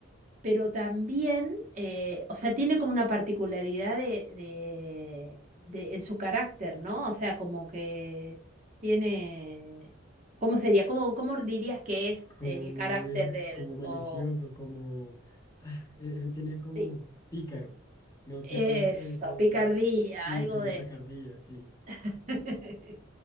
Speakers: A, on the right; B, on the left.
A: Pero también, eh, o sea, tiene como una particularidad de, de, de- en su carácter, ¿no? O sea, como que tiene, ¿cómo sería? ¿Cómo, cómo dirías que es
B: Como
A: el
B: muy,
A: carácter de
B: como
A: él?
B: malicioso,
A: O,
B: como... Ah, e- eso tiene como
A: sí,
B: pícaro. No sé
A: eso,
B: cómo se dice.
A: picardía,
B: Sí,
A: algo
B: su
A: de
B: picardía,
A: eso.
B: sí.
A: <laughs>